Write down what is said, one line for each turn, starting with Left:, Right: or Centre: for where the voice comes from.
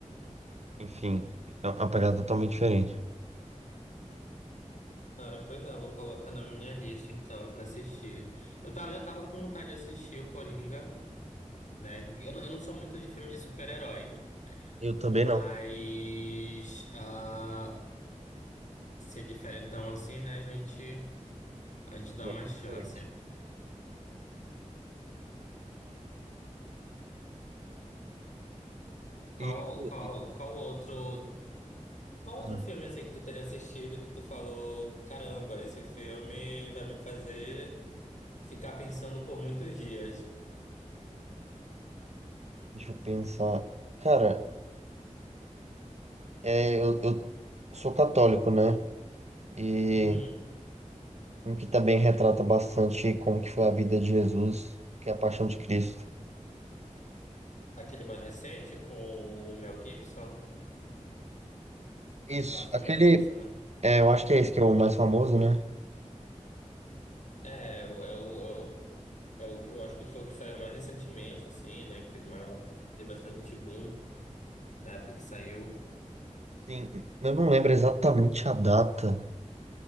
Right: enfim, é uma pegada totalmente diferente.
Left: Cara, pois é, eu vou colocar na minha lista então pra assistir. Eu tava, já tava com vontade de assistir o Coringa, né? Eu, eu não sou muito de filme de super-herói,
Right: Eu também
Left: mas
Right: não.
Left: ah, se é diferentão assim, né, a gente, a gente dá
Right: É
Left: uma
Right: bem diferente.
Left: chance. Qual,
Right: E, e-
Left: qual, qual outro, qual outro
Right: ah,
Left: filme assim que tu tenha assistido que tu falou, caramba, esse filme vai me fazer ficar pensando por muitos dias?
Right: deixa eu pensar. Cara. É, eu, eu sou católico, né? E
Left: Uhum.
Right: Uhum. um que também retrata bastante como que foi a vida de Jesus, que é a paixão de Cristo.
Left: Aquele mais recente com o Mel Gibson?
Right: Isso,
Left: Eu Acho que
Right: aquele,
Left: é o Mel Gibson, né?
Right: é, eu acho que é esse que é o mais famoso, né?
Left: É, é o, é o, é o, é o que- eu acho que foi o que saiu mais recentemente, assim, né? Que teve maior, teve bastante boom na época que saiu.
Right: Sim, eu não lembro exatamente a data